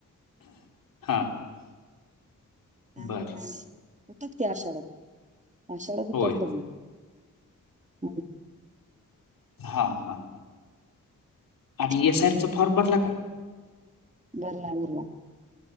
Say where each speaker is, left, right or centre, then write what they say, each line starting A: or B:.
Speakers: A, on the left (about 85°); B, on the right (about 20°).
A: हा
B: त्यामुळे
A: बर
B: काय नाही होतच क शरात आषाढात होतातलं
A: होय
B: म
A: हा हा ह आणिस
B: चालतंय.
A: आयर चचा फॉर्म भरला का
B: बरला बरला